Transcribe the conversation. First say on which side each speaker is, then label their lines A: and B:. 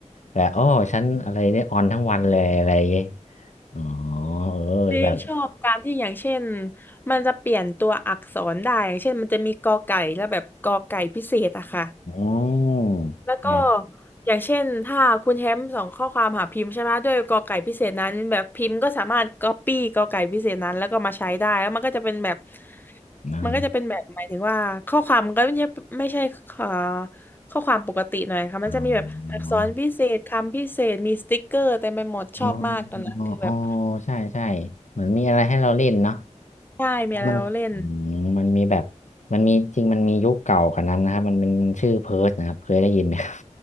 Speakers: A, on the left; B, on the left.
A: แบบอ๋อฉันอะไรเนี่ยออนทั้งวันเลยอะไรอย่างงี้อ๋อเออแบบ
B: ที่ชอบการที่อย่างเช่นมันจะเปลี่ยนตัวอักษรได้อย่างเช่นมันจะมีกอไก่แล้วแบบกอไก่พิเศษอะค่ะ
A: อ๋อ
B: แล้วก็
A: ไง
B: อย่างเช่นถ้าคุณแชมป์ส่งข้อความหาพิมพ์ใช่ไหมด้วยกอไก่พิเศษนั้นแบบพิมพ์ก็สามารถก๊อปปี้กอไก่พิเศษนั้นแล้วก็มาใช้ได้แล้วมันก็จะเป็นแบบ
A: นะเนาะ
B: มันก็จะเป็นแบบหมายถึงว่าข้อความก็ไม่ใช่ไม่ใช่เอ่อข้อความปกติหน่อยค่ะมันจะมีแบบอักษรพิเศษคำพิเศษมีสติ๊กเกอร์เต็มไปหมดชอบมากตอนนั้นคือแบบ
A: อ๋อ อ๋ออ๋อ ใช่ใช่เหมือนมีอะไรให้เราเล่นเนาะ
B: ใช่มีอะไรเราเล่น
A: แล้วมันอืมมันมีแบบมันมีจริงมันมียุคเก่ากว่านั้นนะครับมันเป็นชื่อเพิร์ทนะครับเคยได้ยินไหมครับ